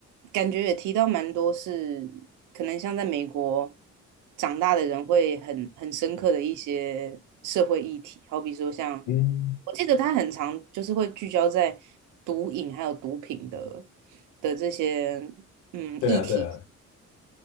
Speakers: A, on the right; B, on the left.
A: 感觉也提到蛮多是可能像在美国长大的人会很很深刻的一些社会议题，好比说像
B: <laughs> 嗯，
A: 我记得他很常就是会聚焦在毒瘾还有毒品的的这些嗯议题，
B: 对啊对啊，